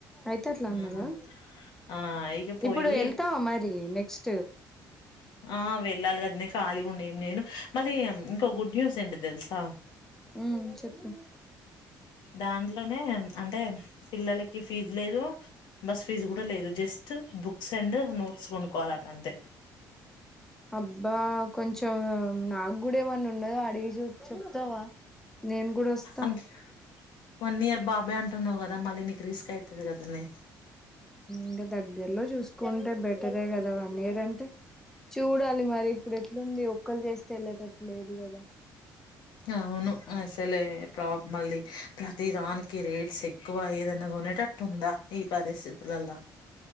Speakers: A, in the centre; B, on the left.
A: అయితే అట్లా అన్నదా
B: ఆహా ఆ ఇక పోయి
A: ఇప్పుడు వెళ్తావా మరి నెక్స్ట్
B: ఆ వెేళ్ళల్ కాదనే. ఖాళీ ఉండి ఏం చేయాను మళ్ళీ ఇంకో గుడ్ న్యూస్ ఏంటి తెలుసా.
A: ఉమ్ చెప్పు.
B: దాంట్లోనే అంటే పిల్లలకి ఫీజు లేదు. బస్ ఫీజు కూడా లేదు జస్ట్ బుక్ సెండర్ నోట్ బుక్స్ కొనుక్కోలాట అంతే.
A: అబ్బా కొంచెం నాకు కూడా ఏమన్నా ఉన్నదో అడిగి చూ చెప్తావా నేం కూడా వస్తా.
B: అంట వన్ ఇయర్ బాబే అంటున్నావు కదా మళ్ళీ నీకు రిస్క్ అయితుంది వెంటనే
A: ఇంకా దగ్గరలో చూసుకుంటే బెటరే కదా లేదన్ చూడాలి మరి ఇప్పుడు ఎట్లుంది ఒక్కలు చేస్తే వెళ్ళటం లేదుకదా
B: అవును అసలే ప్రామలీ ప్రతి దానికి రేట్స్ ఎక్కువ ఏదన్నా కొనేటట్టు ఉందా ఈ పరిస్థితులల్లా